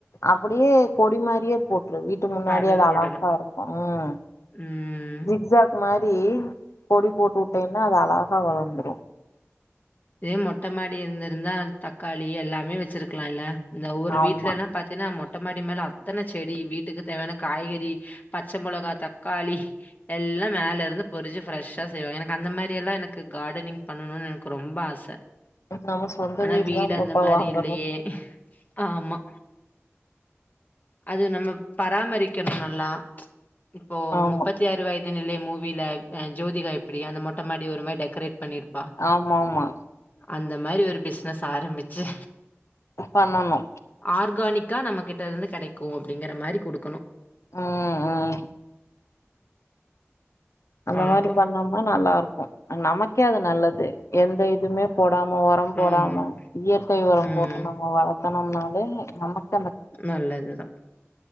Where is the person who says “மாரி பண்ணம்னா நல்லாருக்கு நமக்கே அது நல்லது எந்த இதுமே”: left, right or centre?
Left